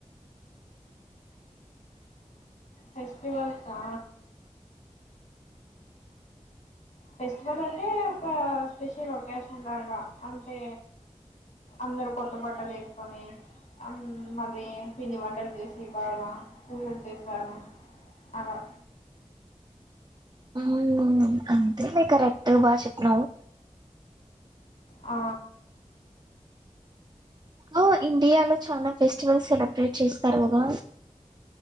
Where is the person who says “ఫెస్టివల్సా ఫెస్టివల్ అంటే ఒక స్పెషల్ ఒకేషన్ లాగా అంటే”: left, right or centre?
Left